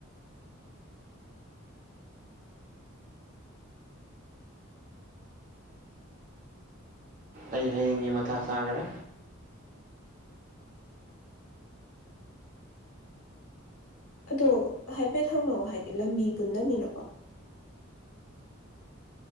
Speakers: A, on the right; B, on the left.
A: ꯑꯩ ꯍꯌꯦꯡꯒꯤ ꯃꯊꯥ ꯁꯥꯈ꯭ꯔꯦ
B: ꯑꯗꯣ ꯍꯥꯏꯐꯦꯠ ꯍꯪꯅꯛꯑꯣ ꯍꯥꯏꯗꯤ ꯂꯝꯕꯤ ꯄꯨꯟꯗꯕꯅꯤꯅꯀꯣ